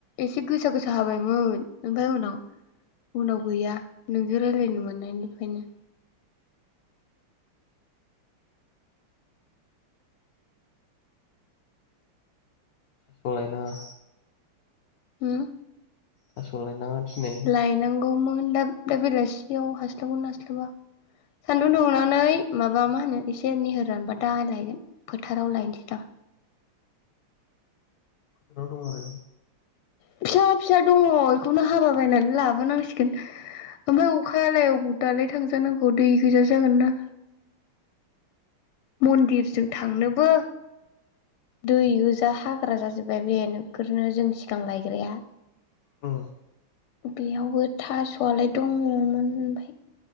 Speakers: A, on the left; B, on the left.
A: एसे गोसा गोसा हाबायमोन ओमफ्राय उनाव उनाव गैया नोंजों रायलायनो मोननायनिफ्रायनो
B: संलायनाङा
A: उम
B: थास' लायनाङा दिनै
A: लायनांगौमोन दा दा बेलासियाव हास्लाबोन हास्लाबा सान्दुं दुंनानै माबा मा होनो एसे निहोर रानबा दा लायगोन फोथाराव लायनोसै दां
B: फोथाराव दं आरो
A: फिसा फिसा दङ बेखौनो हाबा बायनानै लाबोनांसिगोन ओमफ्राय अखायालाय‌ अबाव दालाय थांजानांगौ दै गैजा जागोन ना मन्दिरजों थांनोबो दै गोजा हाग्रा जाजोबबाय बे नोगोरनो जों सिगां लायग्राया
B: औ
A: बेयावबो थास'आलाय दङमोन ओमफ्राय